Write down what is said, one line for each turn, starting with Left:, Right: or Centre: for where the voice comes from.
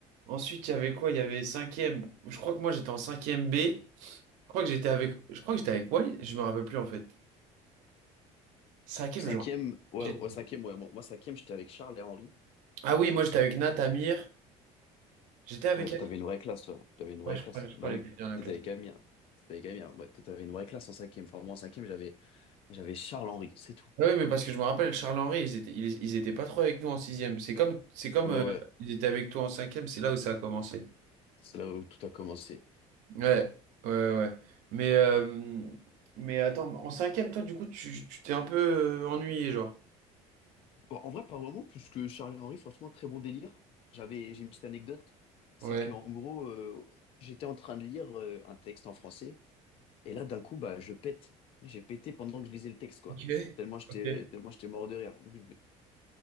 Right: Ensuite, il y avait quoi? Il y avait cinquième. Je crois que moi, j'étais en cinquième B. Je crois que j'étais avec, je crois que j'étais avec Walid, je me rappelle plus, en fait. Cinquième
Left: Cinquième,
Right: ème genre.
Left: ouais,
Right: J'ai-
Left: ouais, cinquième, ouais. Moi, moi, cinquième, j'étais avec Charles et Henri.
Right: Ah oui, moi, j'étais avec Nat, Amir. J'étais avec.
Left: Ouais, toi, t'avais une vraie classe, toi. T'avais une vraie
Right: Ouais, je
Left: classe.
Right: crois, je crois
Left: Bah
Right: qu'elle
Left: oui,
Right: était bien la
Left: t'étais
Right: classe.
Left: avec Amir. T'étais avec Amir. Ouais, toi, t'avais une vraie classe en cinquième. Enfin, moi, en cinquième, j'avais, j'avais Charles Henri, c'est tout.
Right: Ah oui, mais parce que je me rappelle, Charles-Henri, ils étaient, ils, ils étaient pas trop avec nous en sixième. C'est comme, c'est comme
Left: Ouais,
Right: euh,
Left: ouais.
Right: ils étaient avec toi en cinquième, c'est là où ça a commencé.
Left: C'est là où tout a commencé.
Right: Ouais, ouais, ouais. ouais. Mais, euh, mais attends, en cinquième, toi, du coup, tu tu t'es un peu euh, ennuyé, genre.
Left: Bon, en vrai, pas vraiment, puisque Charles et Henri, franchement, très bon délire. J'avais, j'ai une petite anecdote. C'est
Right: Ouais.
Left: que, en gros, euh, j'étais en train de lire euh, un texte en français. Et là, d'un coup, bah, je pète. J'ai pété pendant que je lisais le texte, quoi.
Right: Ok.
Left: Tellement j'étais,
Right: Ok.
Left: tellement j'étais mort de rire. Du coup,